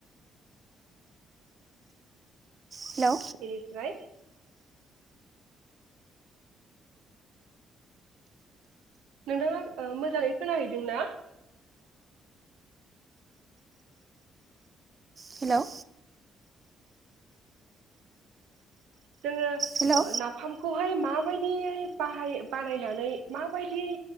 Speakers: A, on the right; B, on the right.
A: हेलौ
B: एनिफ्राय नोंथाङा मोजाङै खोनाहैदों ना?
A: हेलौ
B: जोङो
A: हेलौ
B: ओ नाफामखौहाय माबायदि यै बाहाय बानायनानै माबायदियै